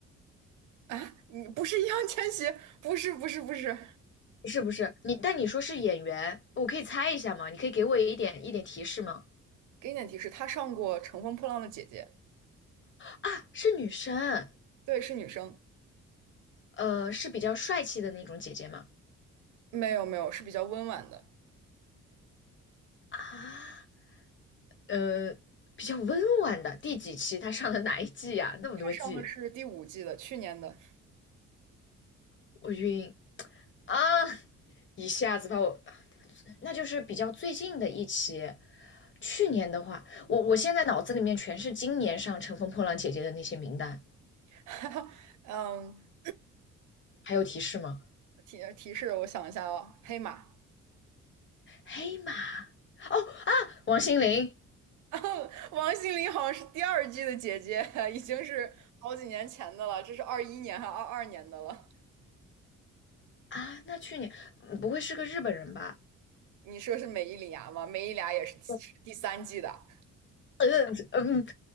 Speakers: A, on the right; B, on the left.
A: 啊。你不是易烊千玺？不是不是不是。
B: 是不是你？但你说是演员，我可以猜一下吗？你可以给我一点一点提示吗？
A: 给你点提示，他上过《乘风破浪的姐姐》，
B: 啊，是女生，
A: 对，是女生。
B: 呃，是比较帅气的那种姐姐吗？
A: 没有没有，是比较温婉的。
B: 啊，呃，比较温婉的，第几期她上的哪一季呀、那么多季，
A: 他上的是第五季的，去年的。
B: 我晕啊！一下子把我，那就是比较最近的一期。去年的话，我我现在脑子里面全是今年上《乘风破浪》姐姐的那些名单，
A: <laughs> 嗯，
B: 还有提示吗？
A: <clears throat> 提提示，我想一下哦，黑马。
B: 黑马哦啊，王心凌。
A: <laughs> 然后王心凌好像是第二季的姐姐，<laughs> 已经是好几年前的了，这是二一年还二二年的了。
B: 啊，那去年嗯不会是个日本人吧？
A: 你说是美依礼芽吗？美依礼芽也是第三季的。
B: 对，嗯嗯，